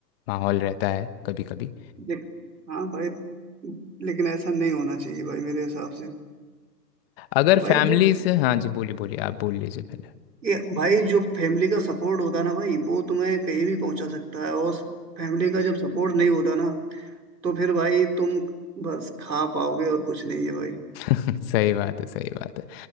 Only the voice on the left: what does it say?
माहौल रहता है कभी कभी
अगर फैमिली
से हाँ जी बोलिए बोलिए आप बोल लीजिए पहले
सही बात है सही बात है